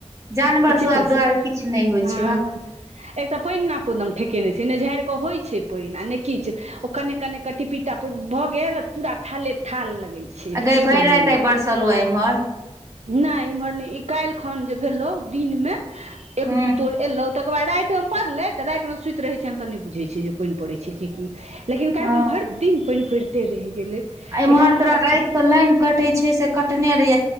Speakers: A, on the right (about 25°); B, on the right (about 70°).
A: जानवर
B: विचित्र
A: सब दुआरे
B: छै
A: किछु नहि होइ
B: हाँ
A: छै आ
B: एक तऽ पानि नाको दम ठेकेने छै नहि झाड़ि कऽ होइ छै पानि आ नहि किछ ओ कन्ने कन्ने क टीपि टापुर भऽ गेल पूरा थाले थाल लगै छै
A: आ
B: विचित्र
A: गाय भर रात
B: मोन
A: आई
B: लगै
A: बरसलू एम्हर
B: नहि इम्हर नहि ई काल्हि खन जे भेलौ दिन मे एक
A: हूँ
B: दू तोर एलौ तकर बाद रातिमे पड़लै तऽ रातमे सुति रहै छैन तऽ नहि बुझै छै जे पानि पड़ै छै की की लेकिन कालि
A: हँ
B: खन भर दिन पानि पड़िते रहि गेलै
A: एम्हर
B: एक आदमी
A: तोरा
B: हमरा
A: रात
B: सबके
A: के लाइन कटे छै से कटने रहय